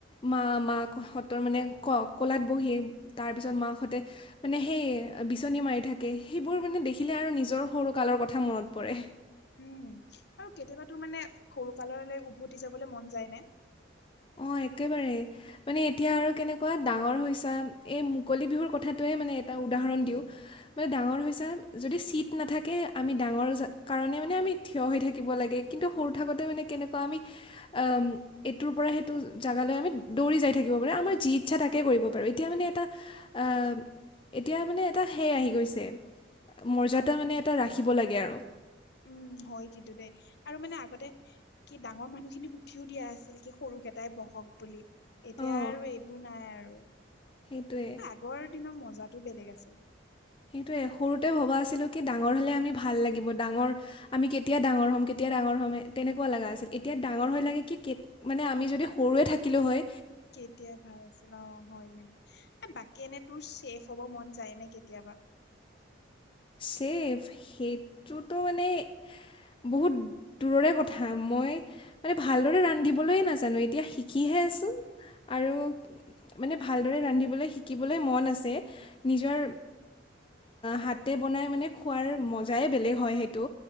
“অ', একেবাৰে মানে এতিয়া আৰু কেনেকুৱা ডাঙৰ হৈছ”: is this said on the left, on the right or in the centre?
Left